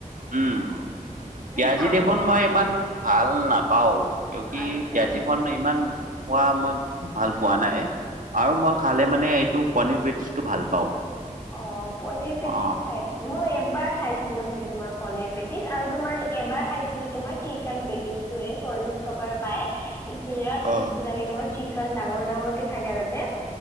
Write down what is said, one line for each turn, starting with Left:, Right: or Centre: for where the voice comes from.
Right: উম, পিয়াজি
Left: খাওঁ
Right: দেখোন
Left: মোক
Right: মই ইমান ভাল নাপাও কিউ কি
Left: আচ্ছা
Right: পিয়াজিখন ইমান খোৱা মই ম ভাল পোৱা নাই আৰু মই খালে মানে এইটো পনীৰ পেটিছটো ভাল পাওঁ।
Left: অ পনিৰ পেটিচ
Right: অ
Left: খাই মই এব প্ৰায় খাইছিলো চাগে তোমাৰ পনীৰ পেটিছ আৰু তোমাৰ এবাৰ খাইছিলো তোমাৰ চিকেন পেটিছটো এই ছ চল্লিশ টকাৰে পায় ইহ্ বিৰাট
Right: অ
Left: টেষ্টি লাগে তোমাৰ চিকেন ডাঙৰ ডাঙৰ কে থাকে আৰু তাতে আহ্